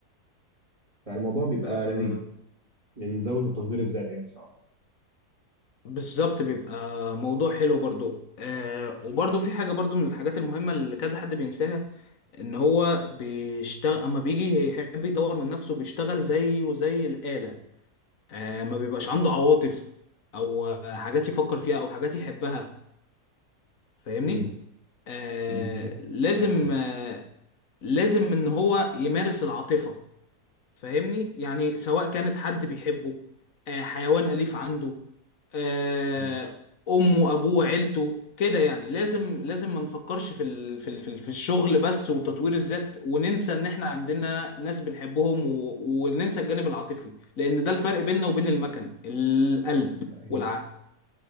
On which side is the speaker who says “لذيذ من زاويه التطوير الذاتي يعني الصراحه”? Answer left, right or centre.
Right